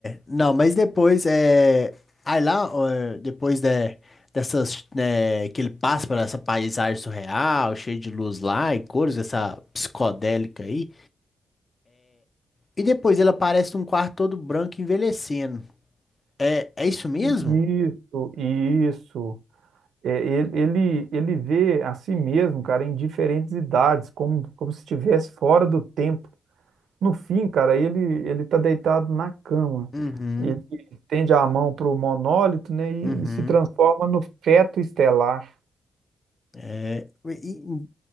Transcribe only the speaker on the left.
Não, mas depois é. Aí lá, ó, depois de, dessas, né, que ele passa por essa paisagem surreal, cheia de luz lá e cores, essa psicodélica aí. E depois ele aparece num quarto todo branco envelhecendo. É, é isso mesmo?
Uhum,
uhum.
É, e- e-